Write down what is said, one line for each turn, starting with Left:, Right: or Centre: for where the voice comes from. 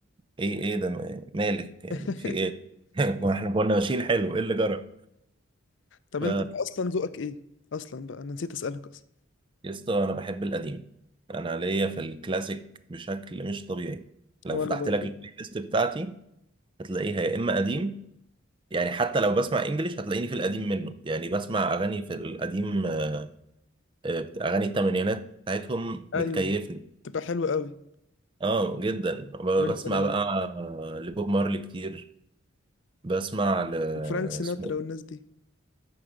Right: ايه ايه ده مالك يعني
Left: <laughs>
Right: في ايه <laughs> ما احنا كنا ماشيين حلو ايه اللي جرى
Left: طب
Right: ف
Left: انت انت اصلا ذوقك ايه اصلا بقى انا نسيت اسالك اصلا
Right: يا اسطى انا بحب القديم انا ليا في الكلاسيك بشكل مش طبيعي لو
Left: وانا
Right: فتحت
Left: برضو
Right: لك البلاي ليست بتاعتي هتلاقيها يا اما قديم يعني حتى لو بسمع انجليش هتلاقيني في القديم منه يعني بسمع اغاني في القديم آه، آه، بت- اغاني الثمانينات بتاعتهم بتكيفني
Left: ايوه تبقى حلوه قوي
Right: اه جدا ب-
Left: طب انت
Right: بسمع بقى آه، لبوب مارلي كتير بسمع ل
Left: وفرانك سيناترا
Right: اسمه
Left: والناس دي